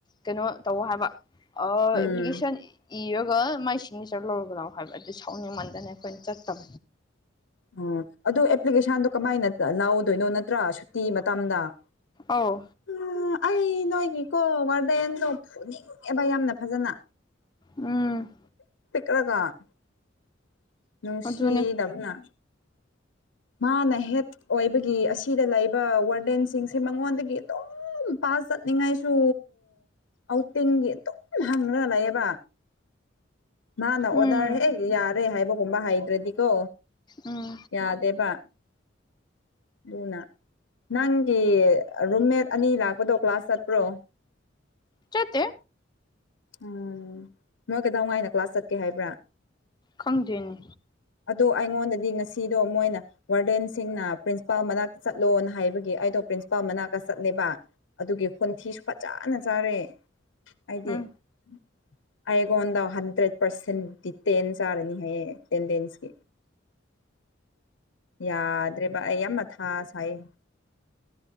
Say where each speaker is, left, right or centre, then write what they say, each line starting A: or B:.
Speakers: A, on the left; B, on the left.
A: ꯀꯩꯅꯣ ꯇꯧ ꯍꯥꯏꯕ ꯑꯥ ꯑꯦꯄ꯭ꯂꯤꯀꯦꯁꯟ
B: ꯎꯝ
A: ꯏꯔꯒ ꯃꯥꯏ ꯁꯤꯛꯅꯦꯆꯔ ꯂꯧꯔꯒ ꯂꯥꯑꫭ ꯍꯥꯏꯕ ꯑꯗꯨ ꯁꯥꯎꯅꯤꯡꯃꯟꯗꯅ ꯑꯩꯈꯣꯏꯅ ꯆꯠꯇꯝ
B: ꯎꯝ ꯑꯗꯨ ꯑꯦꯄ꯭ꯂꯤꯀꯦꯁꯟꯗꯣ ꯀꯃꯥꯏꯅ ꯂꯧꯗꯣꯏꯅꯣ ꯅꯠꯇ꯭ꯔ ꯁꯨꯇꯤ ꯃ ꯇꯝꯗ <unintelligible>
A: ꯑꯧ
B: ꯑꯩ ꯅꯣꯏꯒꯤꯀꯣ ꯋꯥꯔꯗꯦꯟꯗꯣ ꯐꯨꯅꯤꯡꯉꯦꯕ ꯌꯥꯝꯅ ꯐꯖꯅ
A: ꯎꯝ
B: <unintelligible> ꯅꯨꯡꯁꯤꯗꯞꯅ
A: ꯑꯗꯨꯅꯦ
B: ꯃꯥꯅ ꯍꯦꯠ ꯑꯣꯏꯕꯒꯤ ꯑꯁꯤꯗ ꯂꯩꯕ ꯋꯥꯔꯗꯦꯟꯁꯤꯡꯁꯦ ꯃꯉꯣꯟꯗꯒꯤ ꯑꯗꯨꯝ ꯑꯗꯨꯝ ꯄꯥꯁ ꯆꯠꯅꯤꯡꯉꯥꯏꯁꯨ ꯑꯎꯇꯤꯡꯒꯤ ꯑꯗꯨꯝ ꯍꯪꯉꯒ ꯂꯩꯌꯦꯕ ꯃꯥꯅ ꯑꯣꯗꯔ
A: ꯎꯝ
B: ꯍꯦꯛ ꯌꯥꯔꯦ ꯍꯥꯏꯕꯒꯨꯝꯕ ꯍꯩꯗ꯭ꯔꯗꯤꯀꯣ
A: ꯎꯝ
B: ꯌꯥꯗꯦꯕ ꯑꯗꯨꯅ ꯅꯪꯒꯤ ꯔꯨꯝꯃꯦꯠ ꯑꯅꯤ ꯂꯥꯛꯄꯗꯣ ꯀ꯭ꯂꯥꯁ ꯆꯠꯄ꯭ꯔꯣ
A: ꯆꯠꯇꯦ
B: ꯎꯝ ꯃꯣꯏ ꯀꯩꯗꯧꯉꯥꯏꯅ ꯀ꯭ꯂꯥꯁ ꯆꯠꯀꯦ ꯍꯥꯏꯕ꯭ꯔ
A: ꯈꯪꯗꯦꯅꯦ
B: ꯑꯗꯨ ꯑꯩꯉꯣꯟꯗ ꯗꯤ ꯉꯁꯤꯗꯣ ꯃꯣꯏꯅ ꯋꯥꯔꯗꯦꯟꯁꯤꯡꯅ ꯄ꯭ꯔꯤꯟꯁꯤꯄꯥꯜ ꯃꯅꯥꯛꯇ ꯆꯠꯂꯣꯅ ꯍꯥꯏꯕꯒꯤ ꯑꯩꯗꯣ ꯄ꯭ꯔꯤꯟꯁꯤꯄꯥꯜ ꯃꯅꯥꯛꯇ ꯆꯠꯂꯦꯕ ꯑꯗꯨꯒꯤ ꯈꯣꯟꯊꯤꯁꯨ ꯐꯖꯅ ꯆꯥꯔꯦ ꯑꯩꯗꯤ
A: ꯎꯝ
B: <inaudible> ꯑꯩꯉꯣꯟꯗ ꯍꯟꯗ꯭ꯔꯦꯠ ꯄꯥꯔꯁꯦꯟ ꯗꯤ ꯇꯦꯟ ꯆꯥꯔꯤꯅꯤꯍꯦ ꯑꯦꯇꯦꯟꯗꯦꯟꯁꯀꯤ ꯌꯥꯗ꯭ꯔꯦꯕ ꯑꯩ ꯌꯥꯝ ꯃꯊꯥ ꯁꯥꯏꯌꯦ